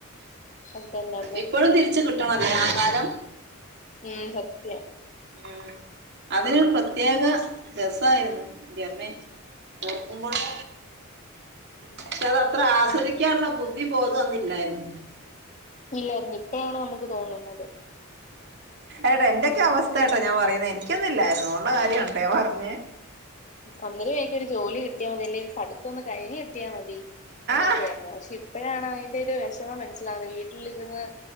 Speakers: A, on the left; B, on the right.
A: അതന്നെ അതെ
B: ഇപ്പോഴും തിരിച്ച് കിട്ടണല്ലേ
A: ഉം
B: ആ കാലം
A: ഉം സത്യം
B: ഉം അതിനും
A: ഉം
B: പ്രത്യേക രസമായിരുന്നു ന്റമ്മേ ഓർക്കുമ്പോളെ പക്ഷെ അത് അത്ര ആസ്വദിക്കാനുള്ള ബുദ്ധി ബോധവും അന്നില്ലാരുന്ന്
A: ഇല്ലാരുന്ന് ഇപ്പഴാണ് നമുക്ക് തോന്നുന്നത്
B: എടാ എന്റക്കോ അവസ്ഥയാട്ടോ ഞാൻ പറയുന്നെ എനിക്കൊന്നും ഇല്ലായിരുന്നു ഉള്ള കാര്യണ് കേട്ടോ ഞാൻ പറഞ്ഞെ
A: ഒന്നെങ്കി എനിക്ക് ഒരു ജോലി കിട്ടിയാൽ മതി അല്ലെ പഠിത്തം ഒന്ന് കഴിഞ്ഞ് കിട്ടിയ മതി എന്നൊക്കെയായിരുന്നു
B: ആഹ്
A: പക്ഷെ ഇ ഇപ്പഴാണ് അതിന്റെ ഒരു വിഷമം മനസ്സിലാകുന്നെ വീട്ടിലിരുന്ന്